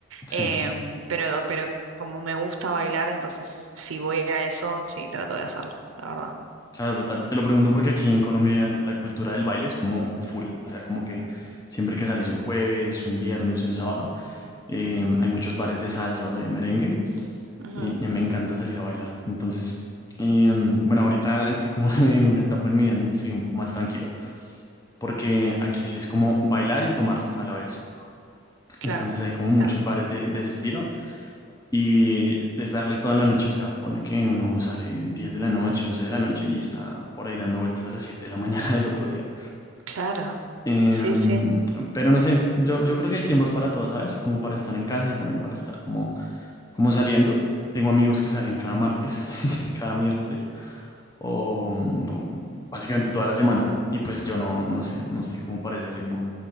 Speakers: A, on the left (about 15°); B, on the right (about 75°).
A: sí.
B: Em, pero, pero como me gusta bailar, entonces si voy a eso, sí, trato de hacerlo, la verdad.
A: Claro, total. Te lo pregunto porque aquí en Colombia la cultura del baile es como full, o sea, como que siempre que sales un jueves, un viernes, un sábado, eh, hay muchos bares de salsa o de merengue
B: Ujú,
A: y, y me encanta salir a bailar. Entonces, eh, bueno, ahorita estoy como <laughs> en una etapa en mi vida donde estoy un poco más tranquilo, porque aquí sí es como bailar y tomar a la vez. Entonces
B: Claro,
A: hay como muchos
B: claro,
A: bares de, de ese estilo y es darle toda la noche, o sea, pone que uno sale 10 de la noche, 11 de la noche y está por ahí dando vueltas a las 7 de la <laughs> mañana del otro día.
B: claro.
A: Eh,
B: Sí, sí.
A: pero no sé, yo, yo creo que hay tiempos para todo, ¿sabes? Como para estar en casa y también para estar como como saliendo. Tengo amigos que salen cada martes, <laughs> cada miércoles, o no, básicamente toda la semana. Y pues yo no, no sé, no estoy como para ese ritmo.